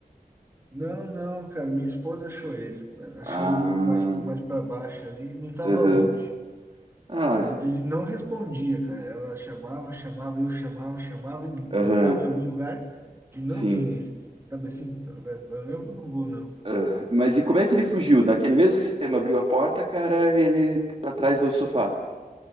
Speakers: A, on the right; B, on the right.
A: Não, não, cara, minha esposa achou ele. Achou
B: Ah,
A: ele um pouco mais, mais para baixo ali, não tava
B: aham.
A: longe.
B: Ah,
A: Mas
B: é.
A: ele não respondia, cara. Ela chamava, chamava, eu chamava, chamava, ele,
B: aham,
A: ele tava em algum lugar e não
B: sim.
A: vinha. Ele, sabe assim, falando, eu não vou, não.
B: Ah, Mas e como é que ele fugiu? Naquele mesmo sistema abriu a porta, cara, ele tá atrás do sofá.